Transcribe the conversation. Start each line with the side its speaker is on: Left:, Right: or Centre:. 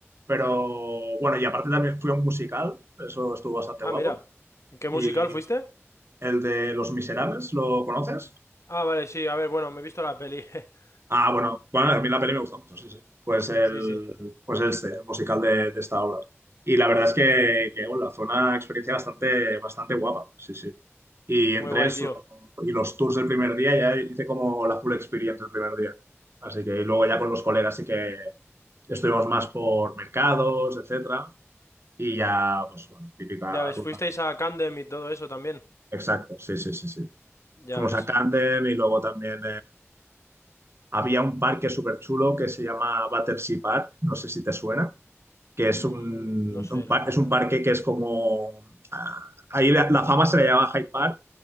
Right: Pero bueno, y aparte también fui a un musical, eso estuvo bastante
Left: Ah,
Right: guapo.
Left: mira. ¿Qué musical
Right: Y
Left: fuiste?
Right: el de Los Miserables, ¿lo conoces?
Left: Ah, vale, sí. A ver, bueno, me he visto la peli. <laughs>
Right: Ah, bueno, bueno, a mí la peli me gusta mucho, sí, sí. Pues el,
Left: Sí, sí.
Right: pues este, el musical de, de esta obra. Y la verdad es que, que bueno, fue una experiencia bastante, bastante guapa, sí, sí. Y
Left: Muy
Right: entre
Left: guay,
Right: eso
Left: tío.
Right: y los tours del primer día ya hice como la full experience el primer día. Así que y luego ya con los colegas sí que estuvimos más por mercados, etcétera. Y ya, pues bueno, típica
Left: Ya ves,
Right: ruta.
Left: fuisteis a Candem y todo eso también.
Right: Exacto, sí, sí, sí, sí.
Left: Ya
Right: Fuimos
Left: ves.
Right: a Camden y luego también había un parque súper chulo que se llama Battersea Park, no sé si te suena, que
Left: Mm,
Right: es un,
Left: no sé,
Right: un
Left: la
Right: par-
Left: verdad,
Right: es un parque
Left: no.
Right: que es como... ah, ahí la, la fama se le llama Hyde Park,